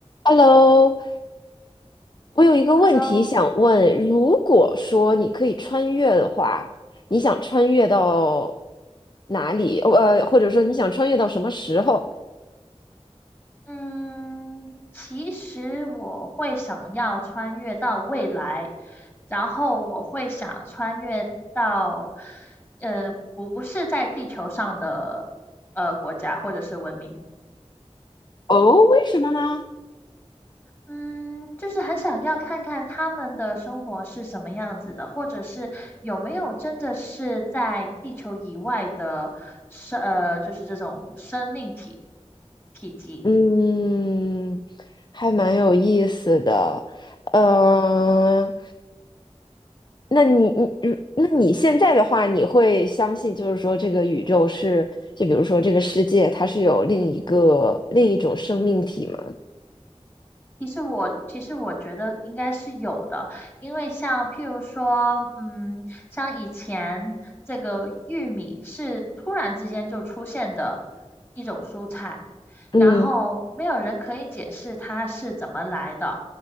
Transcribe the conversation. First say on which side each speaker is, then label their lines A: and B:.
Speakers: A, on the left; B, on the left.
A: Hello，我有一个问题想问：
B: Hello，
A: 如果说你可以穿越的话，你想穿越到哪里？呃，或者说你想穿越到什么时候？
B: 嗯，其实我会想要穿越到未来，然后我会想穿越到，呃，不是在地球上的呃国家或者是文明，
A: 哦，为什么呢？
B: 嗯，就是很想要看看他们的生活是什么样子的，或者是有没有真的是在地球以外的生，呃，就是这种生命体体积。
A: 嗯，还蛮有意思的。呃，那你你嗯那你现在的话，你会相信就是说这个宇宙是，就比如说这个世界，它是有另一个另一种生命体吗？
B: 其实我其实我觉得应该是有的，因为像譬如说，嗯，像以前这个玉米是突然之间就出现的一种蔬菜，
A: 嗯。
B: 然后没有人可以解释它是怎么来的，